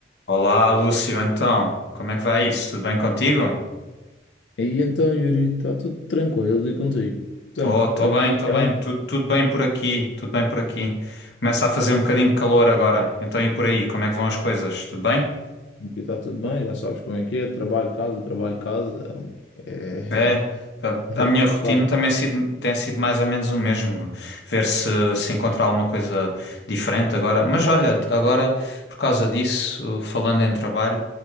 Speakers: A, on the left; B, on the left.
A: Olá, Lúcio, então, como é que vai isso? Tudo bem contigo?
B: E então, Yuri, está tudo tranquilo e contigo? Então,
A: Tô, tô
B: estás-me
A: bem, tô
B: a
A: bem,
B: ligar?
A: tudo, tudo bem por aqui, tudo bem por aqui. Começa a fazer um bocadinho de calor agora, então e por aí, como é que vão as coisas? Tudo bem?
B: Aqui está tudo bem, já sabes como é que é, trabalho, casa, trabalho, casa. É,
A: É,
B: é,
A: a,
B: é
A: a
B: o
A: minha
B: que
A: rotina
B: faz.
A: também sido- tem sido mais ou menos o mesmo, ver se se encontrar alguma coisa diferente agora. Mas olha, agora, por causa disso, falando em trabalho,